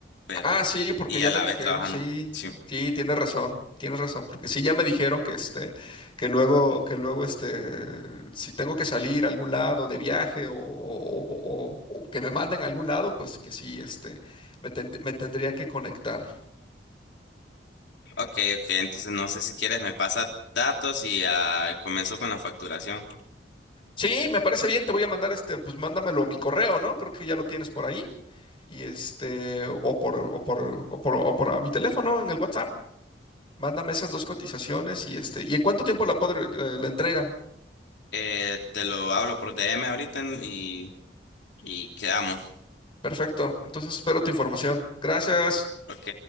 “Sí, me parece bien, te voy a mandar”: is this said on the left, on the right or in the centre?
Left